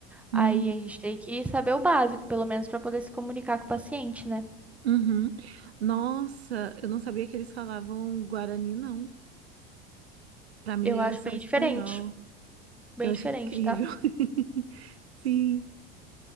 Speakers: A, in the centre; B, on the right.
A: Aí
B: hum,
A: a gente tem que saber o básico, pelo menos, pra poder se comunicar com o paciente, né?
B: uhum. Nossa, eu não sabia que eles falavam guarani, não. Para mim
A: Eu
B: era
A: acho
B: só
A: bem
B: espanhol.
A: diferente, bem
B: Eu
A: diferente,
B: achei incrível.
A: tá?
B: <laughs> Sim.